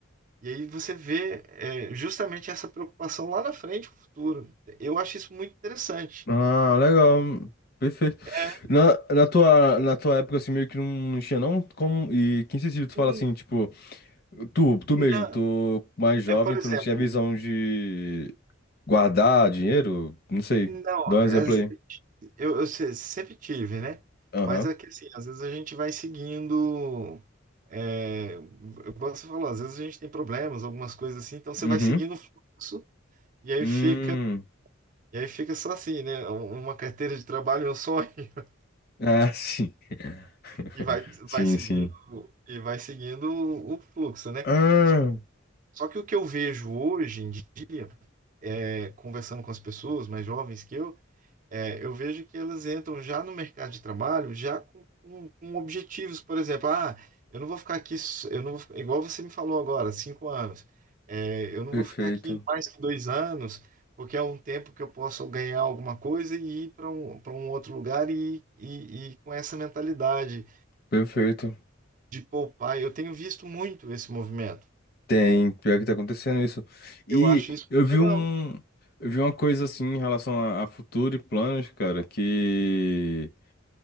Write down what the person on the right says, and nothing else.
e aí você vê é, justamente essa preocupação lá na frente, no futuro. Eu acho isso muito interessante.
É,
hum,
não,
é por
exemplo,
não,
é,
eu, eu se- sempre tive, né?
Mas é que assim, às vezes a gente vai seguindo É, eu gosto de falar, às vezes a gente tem problemas, algumas coisas assim, então você
vai seguindo o fluxo e aí
fica, e aí fica só assim, né? É Um- Uma carteira de trabalho, é um sonho, <laughs>
e vai, vai
seguindo,
e vai seguindo o o fluxo, né?
Só, só que o que eu vejo hoje em dia, é, conversando com as pessoas mais jovens que eu, É, eu vejo que elas entram já no mercado de trabalho, já com, com- com objetivos, por exemplo, ah, eu não vou ficar aqui, s- eu não vou, fi- igual você me falou agora, cinco anos, É, eu não
vou ficar aqui mais que dois anos, porque é um tempo que eu posso ganhar alguma coisa e ir para um, para um outro lugar e, e, e com essa mentalidade
de poupar. Eu tenho visto muito esse movimento,
né?
Eu acho isso
legal.